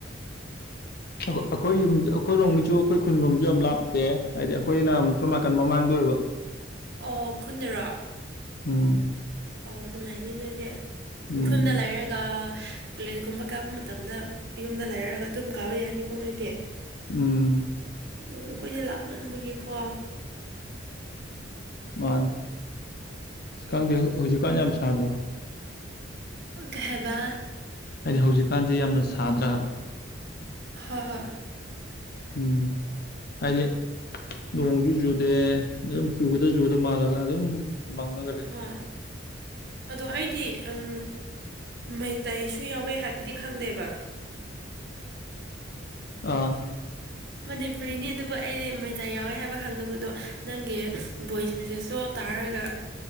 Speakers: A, on the left; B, on the right.
A: ꯑꯩꯈꯣꯏ ꯌꯨꯝ ꯑꯩꯈꯣꯏꯔꯣꯝꯒꯤꯁꯨ ꯑꯩꯈꯣꯏ ꯈꯨꯟꯂꯣꯝꯁꯨ ꯌꯥꯝ ꯂꯥꯞꯇꯦ ꯍꯥꯏꯗꯤ ꯑꯩꯈꯣꯏꯅ ꯑꯃꯨꯛ ꯁꯣꯝ ꯅꯥꯀꯟ ꯃꯃꯥꯡꯗ ꯑꯣꯏꯕ
B: ꯑꯣ ꯈꯨꯟꯅꯔꯣ
A: ꯎꯝ
B: ꯑꯣ ꯅꯨꯡꯉꯥꯏꯅꯤ ꯅꯣꯏꯗꯤ
A: ꯎꯝ
B: ꯎꯈꯨꯜꯗ ꯂꯩꯔꯒ ꯀꯣꯂꯦꯖ ꯀꯨꯝꯕ ꯀꯥꯕ ꯃꯇꯝꯗ ꯌꯨꯝꯗ ꯂꯩꯔꯒ ꯑꯗꯨꯝ ꯀꯥꯕ ꯌꯥꯏꯅꯤꯀꯣ ꯅꯣꯏꯗꯤ
A: ꯎꯝ
B: ꯎꯝ ꯑꯩꯈꯣꯏꯁꯦ ꯂꯥꯛꯞꯃꯟꯕꯒꯤꯀꯣ
A: ꯃꯥꯅꯦ ꯈꯪꯗꯦ ꯍꯧꯖꯤꯛꯀꯥꯟ ꯌꯥꯝ ꯁꯥꯗ꯭ꯔꯕ
B: ꯀ ꯍꯥꯏꯕ
A: ꯍꯥꯏꯗꯤ ꯍꯧꯖꯤꯛꯀꯥꯟꯁꯦ ꯌꯥꯝꯅ ꯁꯥꯗ꯭ꯔꯥ ꯍꯥꯏꯕ
B: ꯍꯥ ꯍ
A: ꯎꯝ ꯑꯔ ꯅꯣꯡꯖꯨ ꯆꯨꯗꯦ ꯑꯗꯨꯝ ꯆꯨꯒꯗ ꯆꯨꯒꯗ ꯃꯥꯜꯂꯒ ꯑꯗꯨꯝ ꯃꯪꯉꯒ ꯂꯩ
B: ꯍꯣꯏ
A: ꯎꯝ
B: ꯑꯗꯣ ꯑꯩꯗꯤ ꯎꯝ ꯃꯩꯇꯩꯁꯨ ꯌꯥꯎꯋꯦ ꯍꯥꯏꯕꯗꯤ ꯈꯪꯗꯦꯕ
A: ꯑꯥ
B: ꯃꯅꯤꯄꯨꯔꯤꯅꯤ ꯑꯗꯨꯕꯨ ꯑꯩꯗꯤ ꯃꯩꯇ ꯌꯥꯎꯋꯦ ꯍꯥꯏꯕ ꯈꯪꯅꯕꯗꯣ ꯅꯪꯒꯤ ꯚꯣꯏꯁ ꯃꯦꯁꯦꯁꯇꯣ ꯇꯥꯔ ꯃꯒ